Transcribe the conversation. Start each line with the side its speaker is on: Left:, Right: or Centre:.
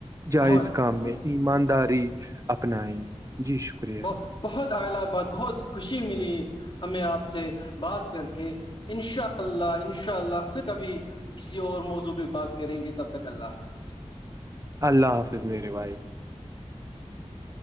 Right: جائز
Left: بہت
Right: کام
Left: بہت
Right: میں ایمانداری اپنائے جی شکریہ
Left: بت بہت اہلی آباد بہت خوشی ملی ہمیں آپ سے بات کر کے ان شاء اللہ ان شاء اللہ پھر کبھی کسی اور موضوع پہ بات کریں گے تب تک اللہ حاظ
Right: اللہ حافظ میرے بھائی
Left: ہ